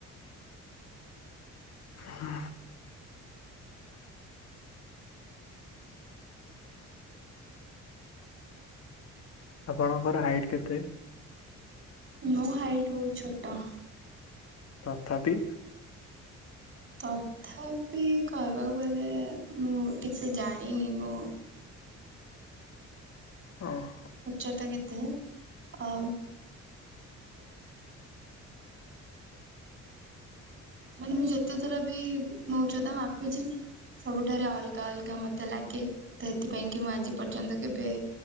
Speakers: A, on the left; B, on the right.
A: ହୁଁ। ଆପଣଙ୍କର ହାଇଟ୍ କେତେ?
B: ମୋ ହାଇଟ୍ ବହୁତ ଛୋଟ।
A: ତଥାପି?
B: ତଥାପି କହିବାକୁ ଗଲେ ମୁଁ ଠିକ ସେ ଜାଣିନି ମୁଁ
A: ଓହ।
B: ଉଚ୍ଚତା କେତେ ଆ ମାନେ ମୁଁ ଯେତେଥର ବି ମୋ ଉଚ୍ଚତା ମାପିଛି ସବୁଠାରେ ଅଲଗା ଅଲଗା ମତେ ଲାଗେ ତ ଏଥିପାଇଁ କି ମୁଁ ଆଜି ପର୍ଯ୍ୟନ୍ତ କେବେ